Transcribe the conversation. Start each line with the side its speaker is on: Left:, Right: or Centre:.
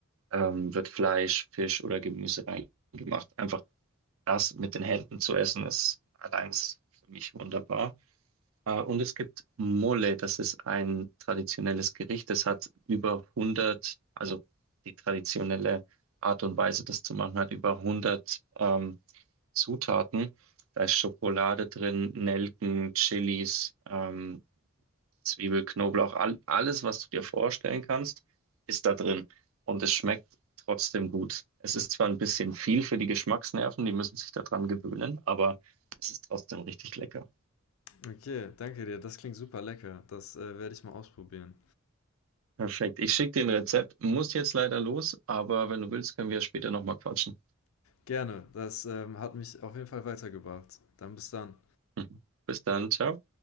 Right: ähm, wird Fleisch, Fisch oder Gemüse reingemacht. Einfach das mit den Händen zu essen ist allein ist für mich wunderbar. Äh, Und es gibt Mole, das ist ein traditionelles Gericht. Das hat über hundert, also die traditionelle Art und Weise, das zu machen, hat über hundert ähm, Zutaten. Da ist Schokolade drin, Nelken, Chilis, ähm, Zwiebel, Knoblauch, all, alles, was du dir vorstellen kannst, ist da drin. Und es schmeckt trotzdem gut. Es ist zwar ein bisschen viel für die Geschmacksnerven, die müssen sich daran gewöhnen, aber es ist trotzdem richtig lecker.
Left: Okay, danke dir. Das klingt super lecker. Das, äh, werde ich mal ausprobieren.
Right: Perfekt. Ich schicke dir ein Rezept, muss jetzt leider los, aber wenn du willst, können wir später nochmal quatschen.
Left: Gerne. Das, ähm, hat mich auf jeden Fall weitergebracht. Dann bis dann.
Right: Mhm. Bis dann, ciao.